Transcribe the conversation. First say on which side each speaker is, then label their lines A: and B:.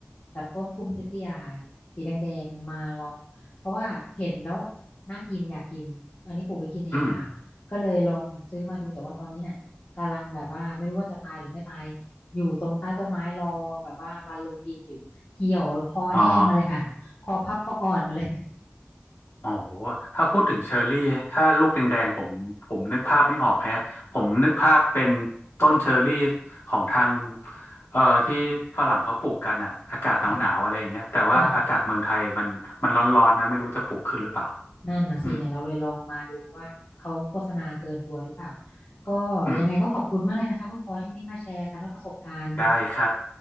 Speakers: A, on the left (about 60°); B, on the left (about 75°).
A: แบบต้นพุ่มเตี้ยๆค่ะสีแดงๆมาลองเพราะว่าเห็นแล้วน่ากินอยากกินอันนี้ปลูกไว้กินเองอะค่ะก็เลยลองซื้อมาดูแต่ว่าตอนนี้เนี่ยกำลังแบบว่าไม่รู้ว่าจะตายหรือไม่ตาย
B: อืม
A: อยู่ตรงใต้ต้นไม้รอแบบว่าวันลงดินอยู่เหี่ยวคอแห้งมาเลยค่ะ
B: อ๋อ
A: <laughs> คอพับคออ่อนมาเลย
B: โอ้โหถ้าพูดถึงเชอร์รี่ ถ้าลูกแดงๆผมผมนึกภาพไม่ออกแฮะผมนึกภาพเป็นต้นเชอร์รี่ของทางเอ่อที่ฝรั่งเขาปลูกกันอะอากาศหนาวๆอะไรอย่างเงี้ยแต่ว่าอากาศเมืองไทยมันมันร้อนๆนะไม่รู้จะปลูกขึ้นหรือเปล่า
A: ค่ะค่ะ นั่นนะสิเนี่ยเราเลยลองมาดูว่าเขาโฆษณาเกินตัวหรือเปล่า
B: อืม
A: ก็ยังไงก็ขอบคุณมากเลยนะคะคุณปอที่วันนี้มาแชร์กันว่าประสบการณ์
B: อืมได้ครับ